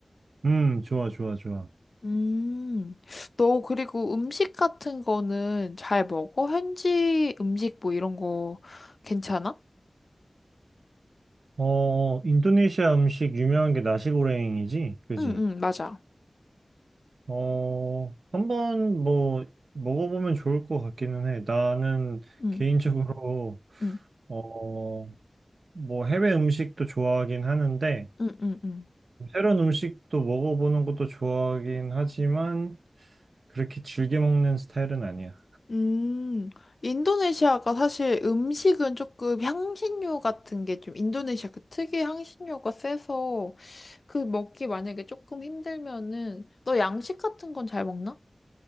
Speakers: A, on the right; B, on the left.
A: 음, 좋아, 좋아, 좋아.
B: 음, 너 그리고 음식 같은 거는 잘 먹어? 현지 음식 뭐 이런 거 괜찮아?
A: 어, 인도네시아 음식 유명한 게 나시고랭이지? 그지?
B: 응 응 맞아.
A: 어, 한번 뭐 먹어보면 좋을 것 같기는 해. 나는
B: 응.
A: 개인적으로
B: 응.
A: 어, 뭐 해외 음식도 좋아하긴 하는데
B: 응, 응, 응.
A: 새로운 음식도 먹어보는 것도 좋아하긴 하지만 그렇게 즐겨 먹는 스타일은 아니야.
B: 음, 인도네시아가 사실 음식은 조금 향신료 같은 게 좀 인도네시아 그 특유의 향신료가 세서 그 먹기 만약에 조금 힘들면은 너 양식 같은 건 잘 먹나?